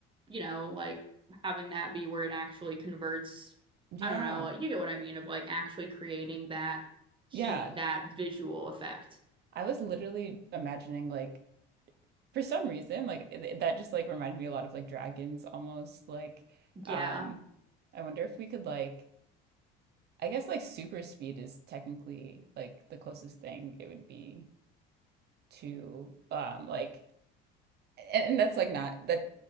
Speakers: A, on the right; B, on the right.
A: you know like having that be where it actually converts
B: yeah,
A: I don't know like, you get what I mean of like actually creating that heat
B: yeah.
A: that visual effect.
B: I was literally imagining like for some reason like it, that just like reminded me a lot of like dragons almost like
A: Yeah.
B: um I wonder if we could like I guess like super speed is technically like the closest thing it would be to um like and, and that's like not that